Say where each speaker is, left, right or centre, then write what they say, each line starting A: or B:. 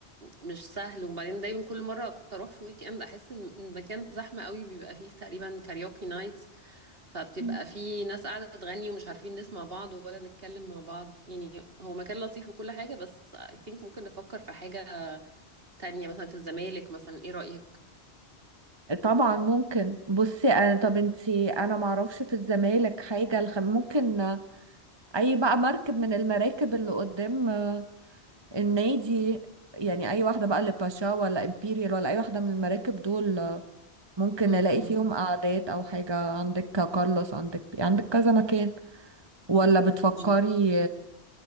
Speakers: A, on the right; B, on the right.
A: مش سهل وبعدين دايما كل مرة كنت اروح في ويك اند احس ان المكان زحمة قوي بيبقى فيه تقريبا كاريوكي نايتس فبتبقى
B: مم.
A: فيه ناس قاعدة تغني ومش عارفين نسمع بعض ولا نتكلم مع بعض يعني هو مكان لطيف وكل حاجة بس I think ممكن نفكر في حاجة تانية مثلا في الزمالك مثلا ايه رأيك
B: طبعا ممكن بصي انا طب انتي انا معرفش في الزمالك حاجة الخ... ممكن آه، اي بقى مركب من المراكب اللي قدام آه، النادي يعني اي واحدة بقى اللي باشا ولا امبيريال ولا اي واحدة من المراكب دول ممكن
A: مم.
B: نلاقي فيهم قعدات او حاجة عندك كارلوس عندك عندك كذا مكان ولا بتفكري
A: مم.